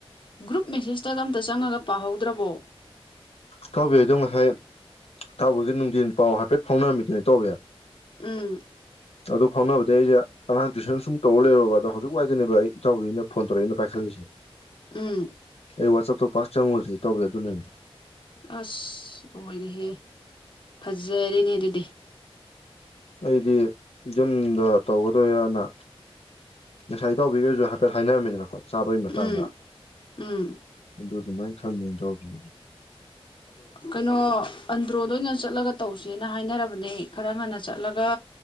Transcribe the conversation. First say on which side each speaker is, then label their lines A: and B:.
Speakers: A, on the left; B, on the left.
A: ꯒ꯭ꯔꯨꯞ ꯃꯦꯁꯦꯁꯇ ꯑꯝꯇ ꯆꯪꯉꯒ ꯄꯥꯍꯧꯗ꯭ꯔꯕꯣ
B: ꯇꯥꯎꯕꯤ ꯑꯩꯗꯣ ꯉꯁꯥꯏ ꯇꯥꯎꯕꯤꯒꯤ ꯅꯨꯡꯊꯤꯟ ꯄꯥꯎ ꯍꯥꯏꯐꯦꯠ ꯐꯥꯎꯅꯔꯝꯃꯤꯗꯨꯅꯦ ꯇꯥꯎꯕꯤ
A: ꯎꯝ
B: ꯑꯗꯣ ꯐꯥꯎꯅꯕꯗꯤ ꯑꯩꯁꯦ ꯑꯉꯥꯡ ꯇꯨꯏꯁꯟ ꯁꯨꯝ ꯇꯧꯔ ꯂꯩꯔꯣꯕ ꯑꯗꯣ ꯍꯧꯖꯤꯛ ꯋꯥꯏꯗꯅꯦꯕ ꯑꯩ ꯏꯇꯥꯎꯕꯤꯅ ꯐꯣꯟ ꯇꯧꯔꯛꯏꯅ ꯄꯥꯏꯈꯠꯂꯛꯏꯁꯦ
A: ꯎꯝ
B: ꯑꯩ ꯋꯥꯆꯞꯇꯣ ꯄꯥꯛ ꯆꯪꯉꯨꯗ꯭ꯔꯦ ꯏꯇꯥꯎꯕꯤ ꯑꯗꯨꯅꯦ
A: ꯑꯁ ꯂꯣꯏꯔꯦꯍꯦ ꯐꯖꯔꯅꯦ ꯑꯗꯨꯗꯤ
B: ꯑꯩꯗꯤ ꯌꯨꯝꯗ ꯇꯧꯒꯗꯣꯏꯔꯅ ꯉꯁꯥꯏ ꯇꯥꯎꯕꯤꯒꯁꯨ ꯍꯥꯏꯐꯦꯠ ꯍꯥꯏꯅꯔꯝꯃꯤꯗꯅꯀꯣ ꯆꯥꯕꯒꯤ ꯃꯇꯥꯡꯗ
A: ꯎꯝ ꯎꯝ
B: ꯗꯨꯗꯨꯃꯥꯏ ꯈꯪ ꯏꯇꯥꯎꯕꯤ
A: ꯀꯩꯅꯣ ꯑꯟꯗ꯭ꯔꯣꯗ ꯑꯣꯏꯅ ꯆꯠꯂꯒ ꯇꯧꯁꯦꯅ ꯍꯥꯏꯅꯔꯕꯅꯦ ꯈꯔ ꯉꯟꯅ ꯆꯠꯂꯒ